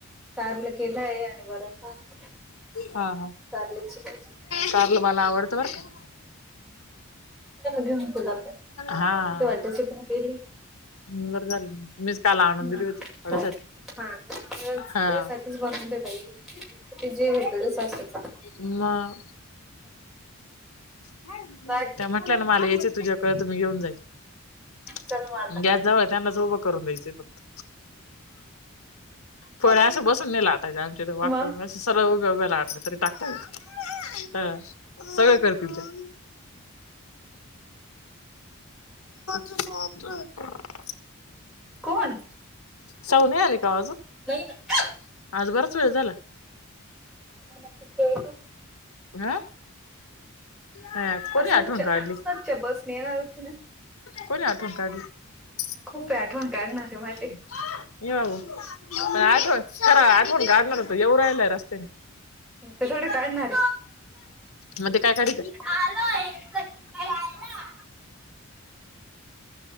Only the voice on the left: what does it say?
हा हा
कारलं मला आवडतं बर का
हा
ल झाल मीच काल आणून
दिली होती <unintelligible>
हा.
म. <unintelligible>
त्या म्हटल्या मला याचं तुझ्याकड तुम्ही घेऊन जाईल,
गॅस जाव त्यांनाच उभं करून द्यायचंय फक्त. फळ असं बसून नाही लावाय आमच्या वाकून
अस सरळं उभ्या उभ्याला <unintelligible> टाकत. हा सगळ करतील ते. <unintelligible>
सवणे आले का अजून,
आज बराच वेळ झाला.
हा हा कोणी
आठवण काढली?
कोणी आठवण काढली.
ये
बाबू काय आठ तर आठवण गाडणार त एवं राहिलाय रस्त्याने.
मध्ये काय काढित.